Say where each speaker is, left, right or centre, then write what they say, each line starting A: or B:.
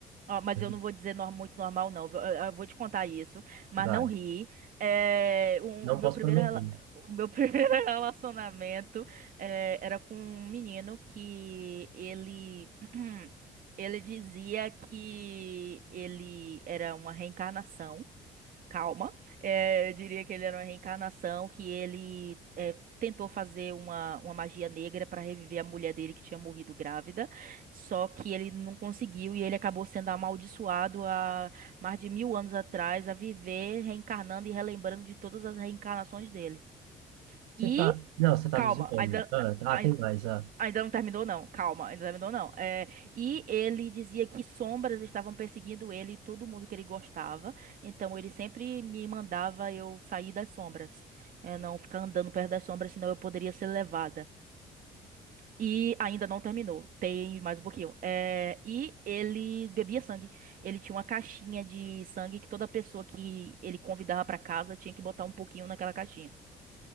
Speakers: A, on the right; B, on the right.
A: Ó, mas
B: A gente-
A: eu não vou dizer nor- muito normal, não. Eu, eu- eu vou te contar isso, mas
B: Vai,
A: não ri. É, um-
B: não
A: o meu
B: posso
A: primeiro,
B: prometer.
A: rela- o meu <laughs> primeiro relacionamento é, era com um menino que ele. <clears throat> Ele dizia que ele era uma reencarnação. Calma. É, eu diria que ele era uma reencarnação, que ele é, tentou fazer uma, uma magia negra para reviver a mulher dele que tinha morrido grávida, só que ele não conseguiu e ele acabou sendo amaldiçoado há mais de mil anos atrás a viver reencarnando e relembrando de todas as reencarnações dele.
B: Você
A: E
B: tá, não, você tá
A: calma,
B: me zoando.
A: ainda.
B: Ah, tá, tem mais, ah.
A: Ainda não terminou, não. Calma, ainda não terminou, não. É, e ele dizia que sombras estavam perseguindo ele e todo mundo que ele gostava. Então ele sempre me mandava eu sair das sombras. É, não ficar andando perto das sombras, senão eu poderia ser levada. E ainda não terminou. Tem mais um pouquinho. É, e ele bebia sangue. Ele tinha uma caixinha de sangue que toda pessoa que ele convidava pra casa tinha que botar um pouquinho naquela caixinha.